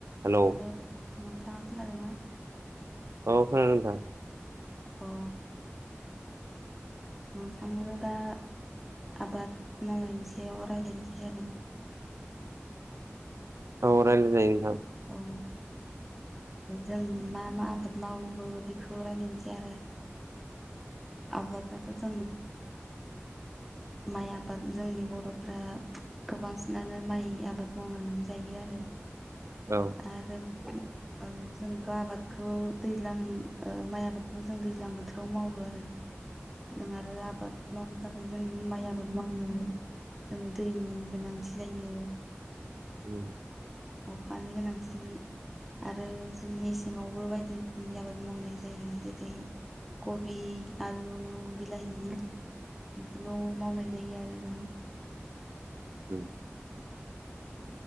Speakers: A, on the right; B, in the centre.
A: हेलौ
B: हेल' नोंथाङा खोनादों ना?
A: औ खोनादों नोंथां।
B: अ। नोंथांनो दा आबाद मावनायनि सायाव रायज्लायनोसै आरो।
A: अ रायलायजायो नोंथां।
B: औ जों मा मा आबाद मावो बेखौ रायज्लायनोसै आरो। आबादाथ' जों माइ आबाद जोंनि बर'फोरा गोबांसिनानो माइ आबाद मावनानै जायो आरो।
A: औ
B: आरो
A: <inaudible>
B: ओं जोंथ' आबादखौ दैज्लां ओ माइ आबादखौ जों दैज्लां बोथोराव मावो आरो। जों आरो आबाद मावनो था खाय जों माइ आाबो मावो जोंनो दैनि गोनांथि जायो।
A: ओम।
B: अखानि गोनांथि आरो जों मेसेङावबो बायदि रोखोमनि आबाद मावनाय जायो जेरै कबि आलु बिलाहि बेफोरखौबो मावनाय जायो आरो जोङो
A: ओं।